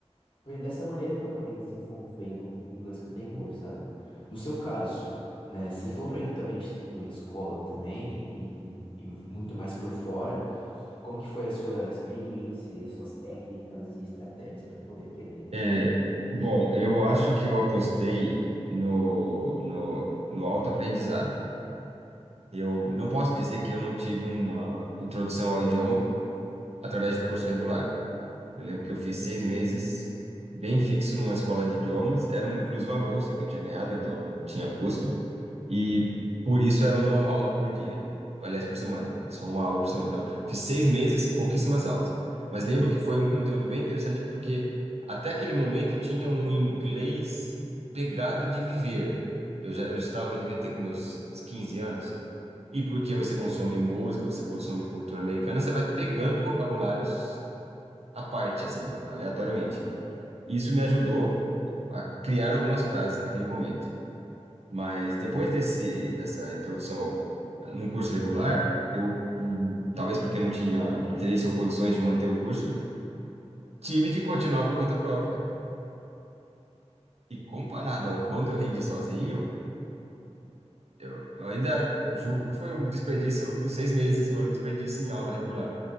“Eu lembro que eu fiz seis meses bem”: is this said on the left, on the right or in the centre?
Right